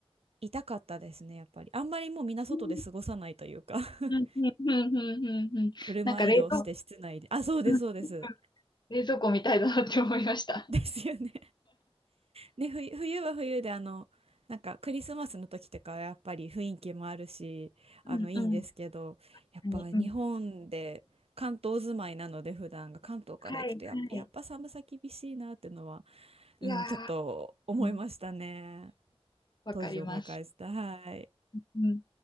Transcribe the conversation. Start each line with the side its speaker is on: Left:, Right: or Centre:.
Right: 痛かったですね、やっぱり。あんまりもうみんな外で過ごさないというか
Left: うん、
Right: <laughs>
Left: うん、うん、うん、うん、うん。うんなんか冷蔵、
Right: 車移動して室内で。あ、そうです、
Left: うん、
Right: そうです。
Left: 冷蔵庫みたいだなって思いました。
Right: ですよね。ね、ふい冬は冬であのなんかクリスマスの時とかはやっぱり雰囲気もあるしあのいいんですけどやっぱ日本で関東住まいなので普段が関東から行くとやっ、
Left: うん、うん。何うん。はい、
Right: やっぱ寒さ厳しいなっていうのは、
Left: はい。いやー、
Right: うん、ちょっと思いましたね
Left: うん、わかります。
Right: 当時思い返したはい
Left: うん